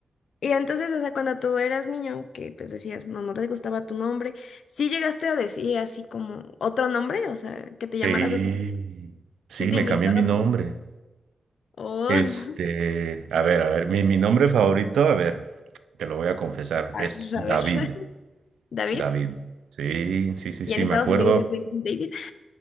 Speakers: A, on the left; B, on the right.
A: y entonces, o sea, cuando tú eras niño, que pues decías, no, no te gustaba tu nombre, ¿sí llegaste a decir así como otro nombre? O sea, que te llamaras
B: Sí,
A: otro,
B: sí,
A: ¿sí te
B: me
A: inventabas?
B: cambié mi nombre.
A: uno? O,
B: Este,
A: <laughs>
B: a ver, a ver, mi, mi nombre favorito, a ver, te lo voy a confesar,
A: a
B: es
A: ver,
B: David.
A: a ver, <laughs> David.
B: David. Sí, sí, sí,
A: Y
B: sí,
A: en Estados
B: me acuerdo.
A: Unidos ya te dicen David,